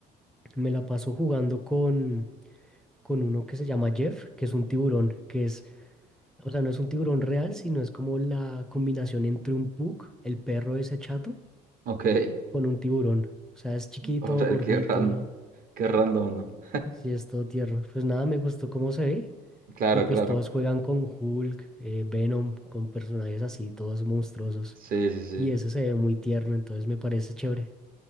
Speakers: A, in the centre; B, on the right (about 55°).
A: Me la paso jugando con, con uno que se llama Jeff, que es un tiburón, que es O sea, no es un tiburón real, sino es como la combinación entre un pug, el perro ese chato,
B: Ok, <laughs>
A: con un tiburón. O sea, es chiquito,
B: ahora
A: gordito,
B: qué random, qué random, ¿no?
A: sí, es todo tierno. Pues nada, me gustó cómo se ve.
B: Claro,
A: Y pues
B: claro,
A: todos juegan con Hulk, eh, Venom, con personajes así, todos monstruosos.
B: sí, sí, sí,
A: Y ese se ve muy tierno, entonces me parece chévere.